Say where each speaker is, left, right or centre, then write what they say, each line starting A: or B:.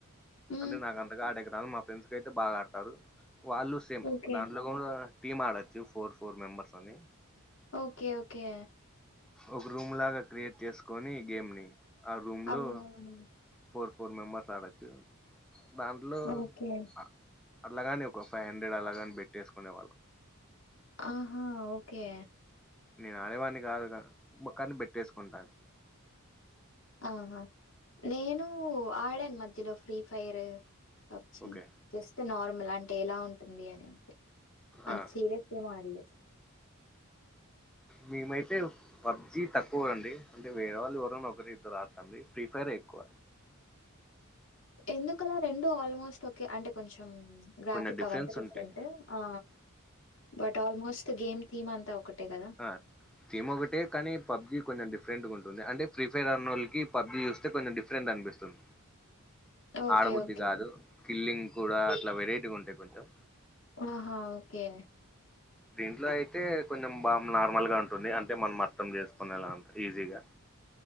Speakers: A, on the left; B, in the centre.
A: హ్మ్.
B: అంటే నాకు అంతగా ఆడే దాన్లో మా ఫ్రెండ్స్ కయితే బాగా ఆడతారు వాళ్ళు సేమ్
A: ఓకే.
B: దాంట్లో కూడా టీీమ్ ఆడొచ్చు ఫోర్ ఫోర్ మెంబర్స్ అని.
A: Okay okay.
B: ఒక రూమ్ లాగా క్రియేట్ చేసుకొని గేమ్ ని ఆ రూమ్
A: అవునవును.
B: లో ఫోర్ ఫోర్ మెంబెర్స్ ఆడచ్చు దాంట్లో
A: ఓకే.
B: ఆ అట్లాగాని ఒక ఫైవ్ హండ్రెడ్ అలాగానీ బేట్టేసుకునే వాళ్ళం
A: ఆహా ఓకే
B: నేను ఆడేవాని కాదుగా పక్కన బెట్టేసుకుంటాను.
A: ఆహా నేను ఆడాను మధ్యలో free fire PUBG
B: okay
A: just normal అంటే ఎలా ఉంటుంది అని అంతే
B: ఆ
A: సీరియస్గా ఏం ఆడ్లే
B: మేమైతే పబ్జీ తక్కువ అండి అంటే వేరేవాళ్ళు ఎవరైనా ఒకరు ఇద్దరు ఆడతాండ్రి ఫ్రీ ఫైరే ఎక్కువ
A: ఎందుకలా రెండు ఆల్మోస్ట్ ఓకే అంటే కొంచెం గ్రాఫిక్
B: కొంచెం డిఫరెన్స్
A: అవంతా డిఫరెంట్
B: ఉంటాయి
A: ఆ బట్ ఆల్మోస్ట్ గేమ్ థీమ్ అంతా ఒకటే కదా
B: ఆ థీమ్ ఒకటే కానీ పబ్జీ కొంచెం డిఫరెంట్గా ఉంటుంది అంటే ఫ్రీ ఫైర్ అన్నోళ్ళకి పబ్జి చూస్తే కొంచం డిఫ ఫ్రెండ్ అనిపస్తుంది
A: ఓకే.
B: ఆడబుద్ధి
A: ఓకే.
B: కాదు కిల్లింగ్ కూడా అట్లా వెరైటీగా ఉంటాయి కొంచెం
A: ఓహా ఓకే
B: దీంట్లో అయితే కొంచెం బా నార్మల్ గా ఉంటుంది అంటే మనం అర్థం చేసుకునేలా అంత ఈజీగా